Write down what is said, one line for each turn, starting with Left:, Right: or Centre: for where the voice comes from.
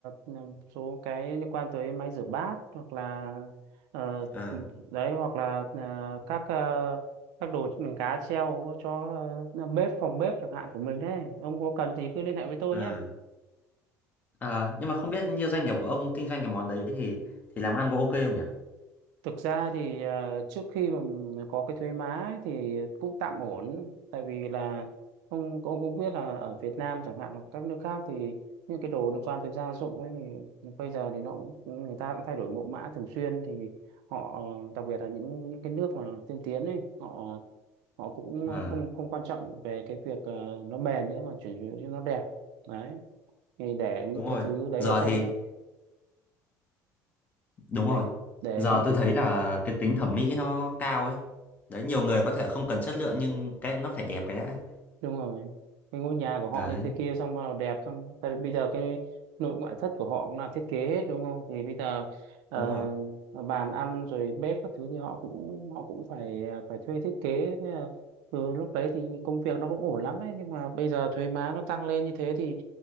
Right: một số cái liên quan tới máy rửa bát hoặc là ờ,
Left: à
Right: đấy hoặc là ờ, các ờ, các đồ cá treo cho ờ, bếp phòng bếp chẳng hạn của mình đấy ông có cần thì cứ liên hệ với tôi
Left: à
Right: nhé
Left: Ờ, nhưng mà không biết như doanh nghiệp của ông kinh doanh cái món đấy thì thì làm ăn có ok không nhỉ?
Right: Thực ra thì ờ, trước khi mà có cái thuế má ấy thì cũng tạm ổn tại vì là ông ông cũng biết là ở Việt Nam chẳng hạn hoặc các nước khác thì những cái đồ liên quan tới gia dụng ấy thì bây giờ thì nó cũng cũng- người ta cũng thay đổi mẫu mã thường xuyên thì họ đặc biệt là những những cái nước mà tiên tiến ấy họ họ cũng
Left: Ờ,
Right: không không quan trọng về cái việc ờ, nó bền nữa mà chỉ cho nó đẹp đấy thì để những
Left: đúng
Right: cái
Left: rồi.
Right: thứ đấy
Left: Giờ
Right: ở trong
Left: thì Đúng
Right: để
Left: rồi.
Right: cái- để
Left: Giờ
Right: những
Left: tôi thấy là cái tính thẩm mỹ nó cao ấy. Đấy, nhiều người có thể không cần chất lượng nhưng cái nó phải đẹp cái đã.
Right: đúng rồi cái ngôi nhà của họ
Left: Đấy,
Right: như thế kia xong bắt đầu đẹp xong tại vì bây giờ cái nội ngoại thất của họ cũng là thiết kế hết đúng không thì bây giờ ờ,
Left: đúng rồi.
Right: bàn ăn rồi bếp các thứ thì họ cũng họ cũng phải à, phải thuê thiết kế thế là từ lúc đấy thì công việc nó cũng ổn lắm đấy nhưng mà bây giờ thuế má nó tăng lên như thế thì